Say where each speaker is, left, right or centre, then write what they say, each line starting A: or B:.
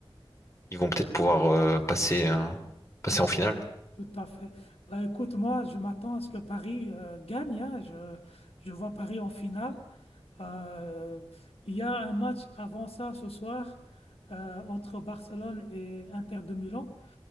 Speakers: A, on the left; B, on the left.
A: Ils vont peut-être pouvoir euh, passer, euh, passer
B: Tout
A: en finale.
B: à fait, tout à fait. Bah, écoute, moi, je m'attends à ce que Paris euh, gagne. hein. Je, je vois Paris en finale. Euh, il y a un match avant ça ce soir euh, entre Barcelone et Inter de Milan.